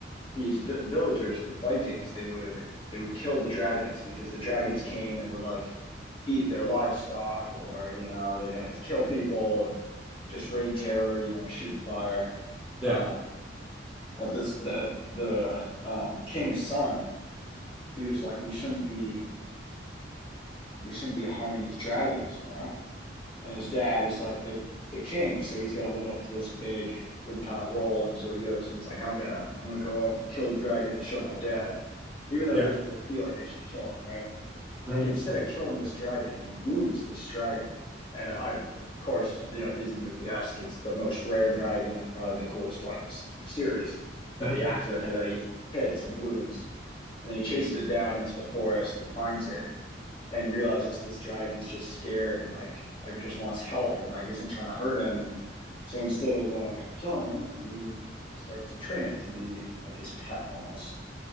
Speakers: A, on the left; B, in the centre.
A: these vi- villagers, the Vikings, they would they would kill the dragons because the dragons came and would like eat their livestock or you know they'd uh, kill people and just rain terror, you know, shooting fire.
B: yeah,
A: Um, but this the the um, king's son, he was like, we shouldn't be we shouldn't be harming these dragons, you know. and his dad is like the the king, so he's got to live up to this big big kind of role. And so he goes and he's like, I'm gonna I'm gonna go out and kill a dragon and show my dad, even though
B: yeah.
A: he doesn't really feel like they should kill him, right?
B: Mm-hmm.
A: And he, instead of killing this dragon, he wounds this dragon. And I, of course, you know, Disney movie esque. It's the most rare dragon and probably the coolest one in this series that
B: Mm-hmm.
A: he accidentally that he hits and wounds, and then he chases it down into the forest and finds it and realizes this dragon's just scared and like like just wants help and like isn't trying to hurt him and so instead of uh, killing him he starts to train it to be like his pet almost